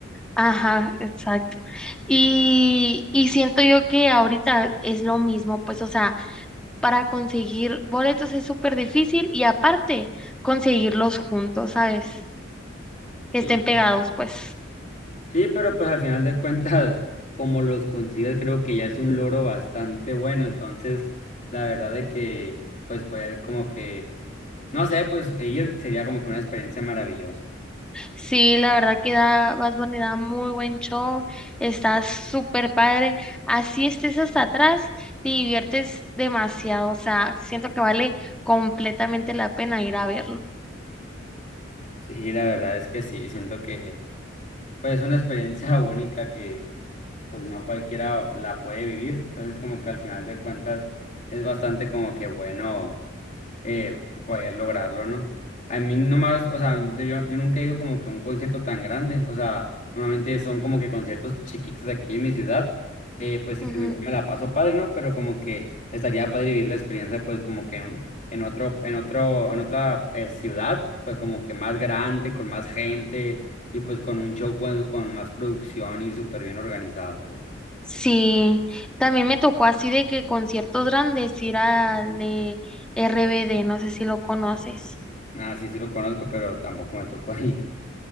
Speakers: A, in the centre; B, on the left.
A: Ajá, exacto. Y, y siento yo que ahorita es lo mismo, pues, o sea, para conseguir boletos es súper difícil y aparte conseguirlos juntos, ¿sabes?
B: Sí.
A: Que estén pegados, pues.
B: Sí, pero pues al final de cuentas, como los consigues, creo que ya es un logro bastante bueno. Entonces, la verdad de que, pues poder como que, no sé, pues ir sería como que una experiencia maravillosa.
A: Sí, la verdad que da, Bad Bunny da muy buen show, está súper padre. Así estés hasta atrás, te diviertes demasiado, o sea, siento que vale completamente la pena ir a verlo.
B: Sí, la verdad es que sí, siento que, pues es una experiencia <laughs> única que, pues no cualquiera la puede vivir. Entonces, como que al final de cuentas, es bastante como que bueno eh, poder lograrlo, ¿no? A mí nomás, o sea, yo, yo nunca he ido como que a un concierto tan grande, o sea, normalmente son como que conciertos chiquitos aquí en mi ciudad, eh, pues sí
A: Ujú.
B: que igual me la paso padre, ¿no? Pero como que estaría padre vivir la experiencia, pues como que en, en otro, en otro, en otra eh, ciudad, pues como que más grande, con más gente y pues con un show pues, con más producción y súper bien organizado, pues.
A: Sí, también me tocó así de que conciertos grandes ir al de RBD, no sé si lo conoces.
B: Ah, sí, sí lo conozco, pero tampoco me tocó <laughs> ir.